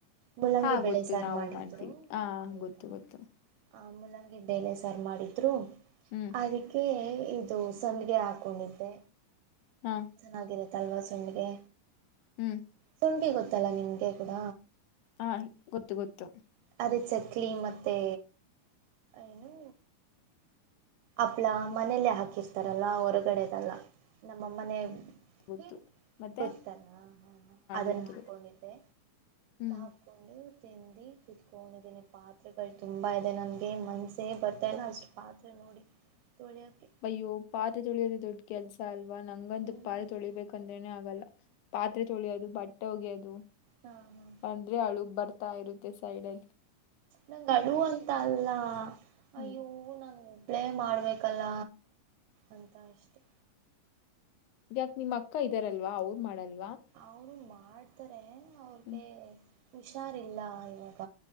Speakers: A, on the right (about 80°); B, on the left (about 75°).
A: ಮೂಲಂಗಿ
B: ಹಾ
A: ಬೆಳೆ
B: ಗೊತ್ತು
A: ಸಾರು
B: ನಾವು
A: ಮಾಡಿದ್ದರು
B: ಮಾಡ್ತೀವಿ ಹಾ
A: ಹೌದಾ
B: ಗೊತ್ತು ಗೊತ್ತು
A: ಆ ಮೂಲಂಗಿ ಬೆಳೆ ಸಾರು ಮಾಡಿದ್ರು
B: ಹ್ಮ್
A: ಅದಕ್ಕೆ ಇದು ಸಂಡ್ಗೆ ಹಾಕೊಂಡಿದ್ದೆ
B: ಹಾ
A: ಚೆನ್ನಾಗಿರತ್ತ ಅಲ್ವಾ ಸಂಡ್ಗೆ
B: ಹ್ಮ್
A: ಶುಂಕಿ ಗೊತ್ತಲ್ಲಾ ನಿಮ್ಗೆ ಕೂಡ
B: ಹಾ ಗೊತ್ತು ಗೊತ್ತು
A: ಅದೇ ಚಕ್ಲಿ ಮತ್ತೆ ಏನು ಹಪ್ಳಾ ಮನೇಲ್ಲೇ ಹಾಕಿರ್ತಾರಲ್ಲಾ ಹೊರಗಡೆದಲ್ಲ ನಮ್ಮ ಮನೆ
B: ಗೊತ್ತು
A: ಹ್ಮ
B: ಮತ್ತೆ
A: ಗೊತ್ತಲ್ಲ ಹಾ ಹಾ ಅದನ್ನ
B: ಗೊತ್ತು
A: ಹಾಕೊಂಡಿದ್ದೆ
B: ಗೊತ್ತು ಹ್ಮ್
A: ಹಾಕೊಂಡು ತಿಂದು ಕುತ್ಕೊಂಡಿದೀನಿ ಪಾತ್ರೆಗಳು ತುಂಬಾ ಇದೆ ನನ್ಗೆ ಮನ್ಸೇ ಬರ್ತಾ ಇಲ್ಲ ಅಷ್ಟು ಪಾತ್ ನೋಡಿ ತೊಳೆಯೋಕ್ಕೆ
B: ಅಯ್ಯೋ ಪತ್ರೆ ತೊಳಿಯೋದ ದೊಡ್ಡ ಕೆಲಸ ಅಲ್ ಲ್ವಾ ನಂಗಂದುಪ್ಪಾತ್
A: ಹ್ಮ್
B: ತೊಳಿಬೇಕಂದ್ರೇನನೆ ಆಗಲ್ಲ ಪಾತ್ರೆ ತೊಳಿಯೋದು ಬಟ್ಟೆ ಒಗೆಯೋದು
A: ಹಾ ಹಾ
B: ಅಂದ್ರೆ ಅಳು ಬರ್ತಾ ಇರುತ್ತೆ ಸೈಡಲ್ಲಿ
A: ನಂಗೆ ಅಳು ಅಂತ ಅಲ್ಲ ಅಯ್ಯವು
B: ಹ್ಮ್
A: ನಾನ ಒಬ್ಲೆ ಮಾಡಬೇಕಲ್ಲ ಅಂತ ಅಷ್ಟೆ
B: ಯಾಕ ನಿಮ್ ಅಕ್ಕ ಇದಾರಲ್ವಾ ಅವರು ಮಾಡಲ್ಲ
A: ಅವರು ಮಾಡ್ತಾರೆ ಅವ್ರಿಗೆ
B: ಹ್ಮ್
A: ಹುಷಾರಿಲ್ಲ ಇವಾಗ